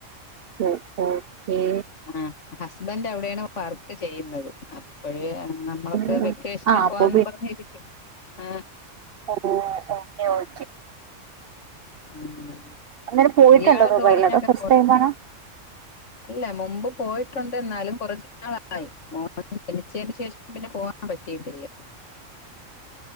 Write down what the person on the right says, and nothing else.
ഓ ഓക്കേ.
ഉം.
ആ അപ്പൊ
ഉവ്വോ ഓക്കെ ഓക്കെ.
അങ്ങനെ പോയിട്ടുണ്ടോ
ദുബായിലൊക്കെ
അതോ ഫസ്റ്റ്
ടൈം ആണോ?
<inaudible>